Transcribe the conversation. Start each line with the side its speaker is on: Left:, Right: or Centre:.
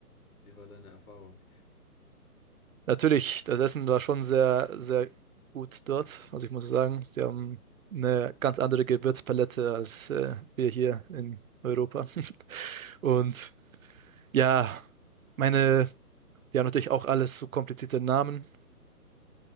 Left: wie war deine Erfahrung?
Right: Natürlich, das Essen war schon sehr, sehr gut dort. Also ich muss sagen, sie haben eine ganz andere Gewürzpalette als äh, wir hier in Europa. <laughs> Und ja, meine, die haben natürlich auch alles so komplizierte Namen,